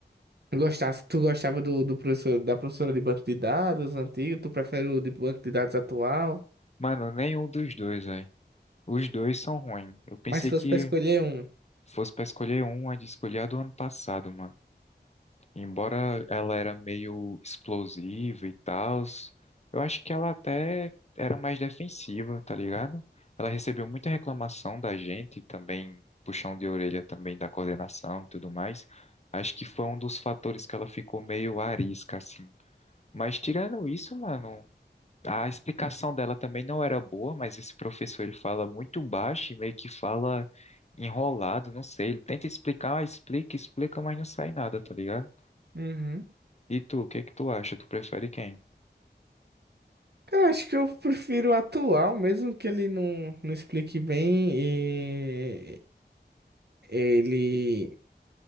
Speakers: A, on the right; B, on the left.
A: gostasse, tu gostava do, do professor, da professora de banco de dados antigo, tu prefere o de banco de dados atual?
B: Mano, nenhum dos dois, velho. Os dois são ruins. Eu pensei
A: Mas se fosse
B: que
A: pra escolher um.
B: fosse pra escolher um, a de escolher a do ano passado, mano. Embora ela era meio explosiva e tal, eu acho que ela até era mais defensiva, tá ligado? Ela recebeu muita reclamação da gente, também puxão de orelha também da coordenação e tudo mais. Acho que foi um dos fatores que ela ficou meio arisca, assim, Mas tirando isso, mano, a explicação dela também não era boa, mas esse professor ele fala muito baixo e meio que fala enrolado, não sei. Ele tenta explicar, ah, explica, explica, mas não sai nada, tá ligado?
A: Uhum.
B: E tu, o que é que tu acha? Tu prefere quem?
A: Eu acho que eu prefiro o atual, mesmo que ele não, não explique bem e ele